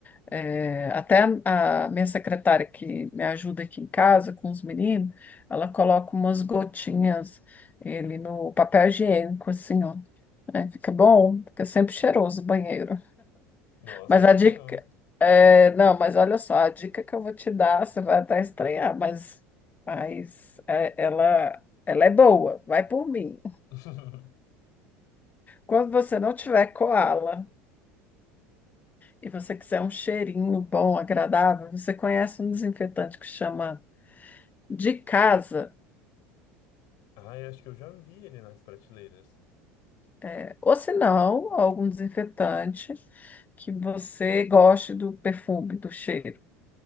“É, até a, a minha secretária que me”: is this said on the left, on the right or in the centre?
Left